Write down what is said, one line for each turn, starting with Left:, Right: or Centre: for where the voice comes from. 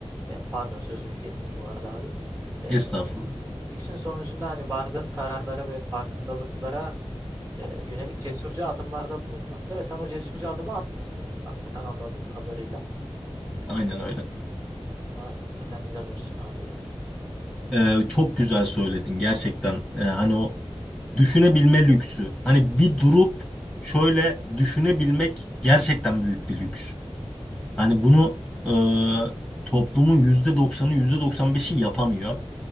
Right: e, pardon sözünü kestim bu arada abi. E,
Centre: estağfurullah.
Right: lüksün sonucunda hani vardığın kararlara ve farkındalıklara e, yönelik cesurca adımlarda bulunmakta ve sen o cesurca adımı atmışsın. Hakikaten anladığım kadarıyla.
Centre: Aynen
Right: E,
Centre: öyle.
Right: vallahi hakikaten helal olsun abi ya.
Centre: E, çok güzel söyledin gerçekten. E, hani o düşünebilme lüksü. Hani bir durup şöyle düşünebilmek gerçekten büyük bir lüks. Hani bunu e, toplumun yüzde doksanı yüzde doksan beşi yapamıyor.